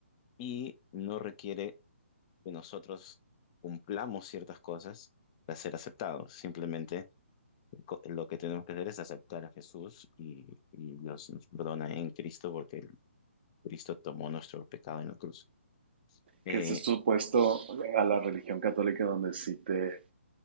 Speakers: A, on the left; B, on the right.
A: y no requiere que nosotros cumplamos ciertas cosas para ser aceptados. Simplemente co- lo que tenemos que hacer es aceptar a Jesús y, y Dios nos perdona en Cristo porque el- Cristo tomó nuestro pecado en la cruz. Eh,
B: Que es esto opuesto a la religión católica donde sí te